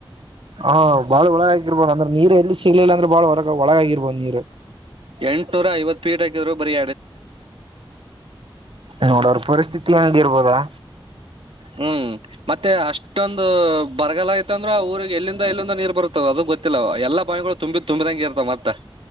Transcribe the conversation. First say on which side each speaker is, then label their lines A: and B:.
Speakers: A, on the right; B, on the right.
A: ಹಾ ಬಾಳ ಒಳಗಾಕೀರ್ಬೋದು ಅಂದ್ರೆ ನೀರ್ ಎಲ್ಲಿ ಸಿಗ್ಲಿಲ್ಲ ಅಂದ್ರೆ ಬಾಳ್ ಒಳಗ ಒಳಗಾಗಿರ್ಬೋದು ನೀರ್.
B: ಎಂಟ್--ನೂರ ಐವತ್ತು ಪೀಟ್ ಹಾಕಿದರು ಬರಿ
A: ನೋಡೋರು ಪರಿಸ್ಥಿತಿ ಹೆಂಗಿರ್ಬೋದಾ.
B: ಹ್ಮ್ ಮತ್ತೆ ಅಷ್ಟೊಂದು ಬರಗಾಲ ಆಗಿತಂದ್ರ ಊರಿಗ್ ಎಲ್ಲಿಂದ ಎಲ್ಲಿಂದ ನೀರ್ ಬರುತ್ತದ ಅದು. ಗೊತ್ತಿಲ್ಲ ಎಲ್ಲ ಬಾವಿಗಳು ತುಂಬಿ ತುಂಬದಂಗೆ ಇರ್ತವ ಮತ್ತ